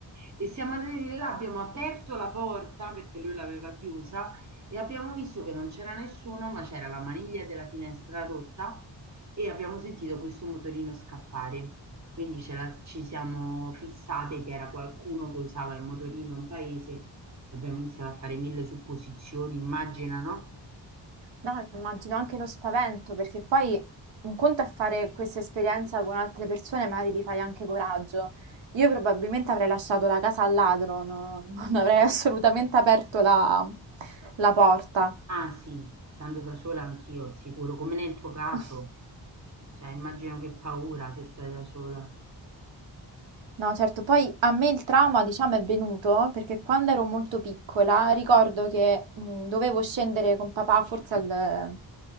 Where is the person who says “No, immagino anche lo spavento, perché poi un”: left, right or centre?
Right